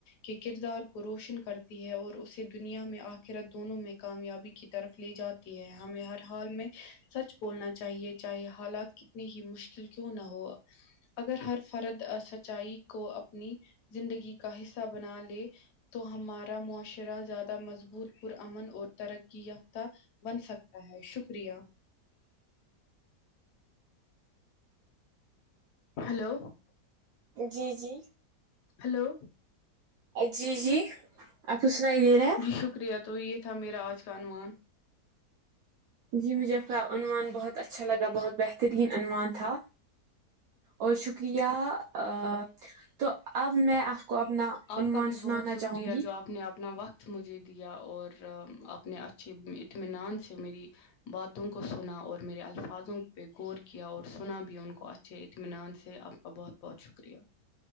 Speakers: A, on the left; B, on the right.
A: کے کردار کو روشن کرتی ہے اور اسے دنیا میں آخرات دونوں میں کامیابی کی طرف لی جاتی ہے ہمیں ہر حال میں سچ بولنا چاہیے چاہے حالات کتنی ہی مشکل کیوں نہ ہوا اگر ہر فراد سچائی کو اپنی زندگی کا حصہ بنا لے تو ہمارا معاشرہ زیادہ مضبوط پرامن اور ترقی یافتہ بن سکتا ہے شکریہ ہلو
B: جی جی
A: ہلو
B: جی جی آپ کو سنائی دے رہا ہے
A: جی شکریہ تو یے تھا میرا آج کا عنوان
B: جی مجھے کا عنوان بہت اچھا لگا بہت بہترین عنوان تھا اور شکریہ ا ا تو اب میں آپ کو اپنا
A: آپ
B: عنوان
A: کا بھی بہت
B: سنانا
A: شکریہ
B: چاہوں گی
A: جو اپ نے اپنا وقت مجھے دیا اور اپنے اچھے اطمینان سے میری باتوں کو سنا اور میرے الفاظوں پہ غور کیا اور سنا بھی ان کو اچھے اطمینان سے بہت بہت شکریہ